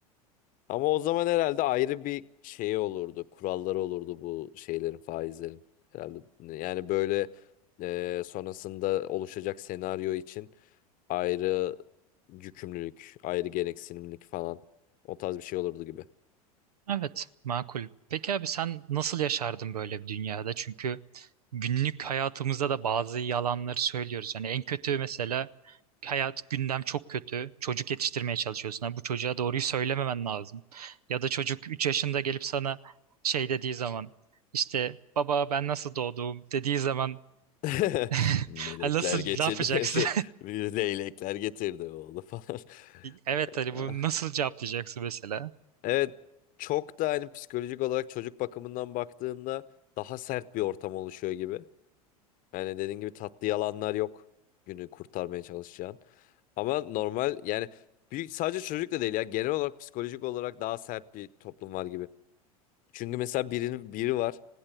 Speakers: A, on the left (about 45°); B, on the right (about 85°).
A: Ama o zaman herhalde ayrı bir şey olurdu. Kuralları olurdu bu şeylerin, faizlerin. Herhalde yani böyle e, sonrasında oluşacak senaryo için ayrı yükümlülük, ayrı gereksinimlik falan. O tarz bir şey olurdu gibi.
B: Evet, makul. Peki abi sen nasıl yaşardın böyle bir dünyada? Çünkü günlük hayatımızda da bazı yalanları söylüyoruz. Yani en kötü mesela hayat gündem çok kötü. Çocuk yetiştirmeye çalışıyorsun. Ha, bu çocuğa doğruyu söylememen lazım. Ya da çocuk 3 yaşında gelip sana şey dediği zaman işte baba ben nasıl doğdum dediği zaman
A: <laughs>
B: <laughs>
A: Melekler
B: ha, nasıl
A: getirdi
B: ne yapacaksın?
A: <laughs> şey leylekler getirdi oğlu falan.
B: Evet
A: <laughs>
B: Ali bunu nasıl cevaplayacaksın mesela?
A: Evet çok da hani psikolojik olarak çocuk bakımından baktığında daha sert bir ortam oluşuyor gibi. Yani dediğin gibi tatlı yalanlar yok günü kurtarmaya çalışacağın. Ama normal yani büyük, sadece çocukla değil ya genel olarak psikolojik olarak daha sert bir toplum var gibi. Çünkü mesela biri biri var.